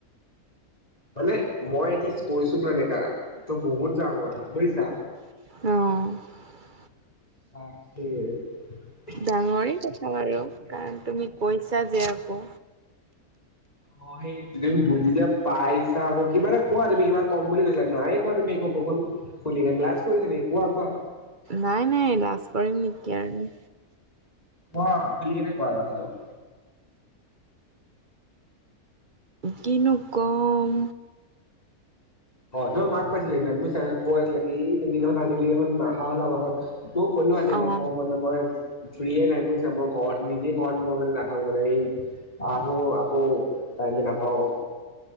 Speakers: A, on the left; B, on the right.
A: মানে মই এটলিষ্ট কৈছো ন এনেকা, ত বহুত ডাঙৰ কথা বুজিছা?
B: অ'।
A: অ
B: ডাঙৰে কথা বাৰু কাৰণ তুমি কৈছা যে আকৌ।
A: অ', সেই তুমি বুজি যে পাইছা আকৌ কিবা এটা কোৱা তুমি কিমান কম বুলি কৈছা নাই কোৱা তুমি একো। কোহলী ফে লাজ কৰিছে নেকি কোৱা-কোৱা।
B: নাই-নাই লাজ কৰিম নেকি আৰু।
A: কোৱা খুলি কেনে কোৱা <unintelligible>
B: কিনো কম
A: অ', তোমাৰ মাক পাইছিলো সেইদিনা কৈ আছিলে কি তুমি দেখোন আজি কালি নাহা হলা আমাৰ ঘৰত। মই ক'লো আন্তী
B: অঁ
A: নহয় মানে মই ফ্ৰী নাই বুজিচে, মই ঘৰত নিজে ঘৰত মই মানে নাথাকো মানে এই আহো আকৌ টাইমে নাপাওঁ।